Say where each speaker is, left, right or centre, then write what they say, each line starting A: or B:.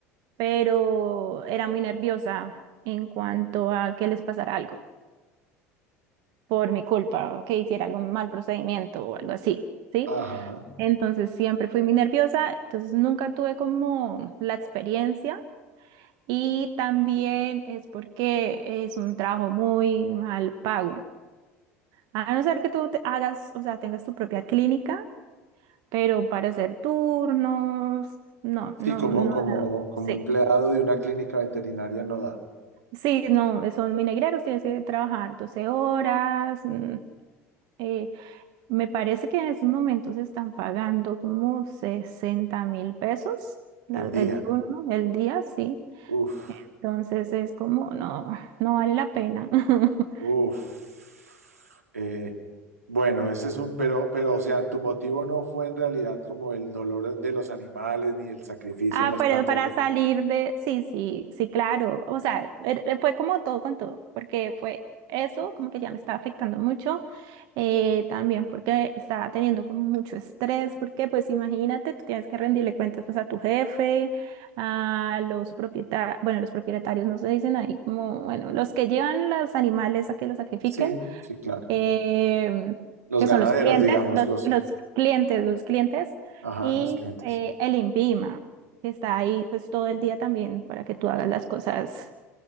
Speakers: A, on the right (about 60°); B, on the right (about 85°).
A: pero era muy nerviosa en cuanto a que les pasara algo por mi culpa, o que hiciera algún mal procedimiento o algo así, ¿sí?
B: Ajá.
A: Entonces siempre fui muy nerviosa, entonces nunca tuve como la experiencia y también es porque es un trabajo muy mal pago. A no ser que tú te hagas, o sea, tengas tu propia clínica, pero para hacer turnos, no,
B: Sí,
A: no,
B: como,
A: no
B: como,
A: da.
B: como
A: Sí,
B: empleado de una clínica veterinaria no da
A: sí, no, son muy negreros, tienes que trabajar 12 horas. mm, eh, me parece que en estos momentos están pagando como sesenta mil pesos la-
B: el día.
A: el turno, el día, sí.
B: Uf,
A: Entonces es como, no, no vale la pena. <laughs>
B: uf. Eh, bueno, ese es un, pero, pero, o sea, tu motivo no fue en realidad como el dolor de los animales ni el sacrificio
A: Ah,
B: en las
A: pero
B: plantas
A: para
B: de...
A: salir de, sí, sí, sí, claro. O sea, er- er- fue como todo con todo, porque fue eso, como que ya me estaba afectando mucho, eh, también porque estaba teniendo como mucho estrés, porque pues imagínate, tú tienes que rendirle cuentas pues a tu jefe, a los propietarios, bueno, los propietarios no se dicen ahí, como, bueno, los que llevan los animales a que los sacrifiquen
B: Sí, sí, claro.
A: em,
B: Los
A: que
B: ganaderos,
A: son los clientes,
B: digamos,
A: los,
B: los,
A: los clientes, los clientes,
B: ajá,
A: y
B: los clientes,
A: eh, el INVIMA, que está ahí pues todo el día también para que tú hagas las cosas,